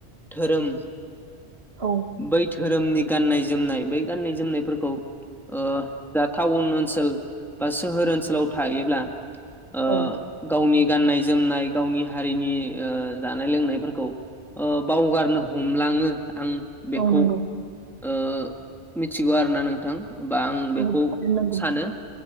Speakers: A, in the centre; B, on the right.
A: धोरोम
B: औ।
A: बै धोरोमनि गाननाय जोमनाय बै गाननाय जोमनायफोरखौ ओ जा टाउन ओनसोल बा सोहोर ओनसोलाव थायोब्ला ओ
B: औ
A: गावनि गाननाय जोमनाय गावनि हारिनि ओ जानाय लोंनायफोरखौ ओ बावगारनो होलांङो आं बेखौ
B: औ नंगौ
A: ओ मिथिगौ आरोना नोंथां। बा आं बेखौ
B: औ थारैनो नंगौ
A: सानो